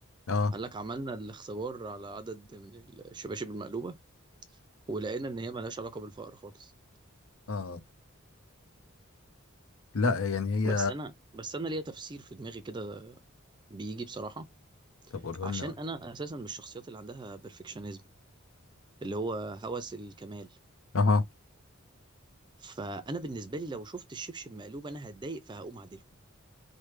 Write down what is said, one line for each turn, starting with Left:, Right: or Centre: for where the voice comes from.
Left: اه
Right: قال لك عملنا الاختبار على عدد من الشباشب المقلوبه ولقينا ان هي ملهاش علاقه بالفقر خالص
Left: اه لا يعني هي
Right: بس انا بس انا ليا تفسير في دماغي كده بيجي بصراحه
Left: طب قولها
Right: عشان
Left: لنا بقى
Right: انا اساسا من الشخصيات اللي عندها بيرفكشنزم اللي هو هوس الكمال
Left: اها
Right: فانا بالنسبه لي لو شفت الشبشب مقلوب انا هتضايق فهقوم اعدله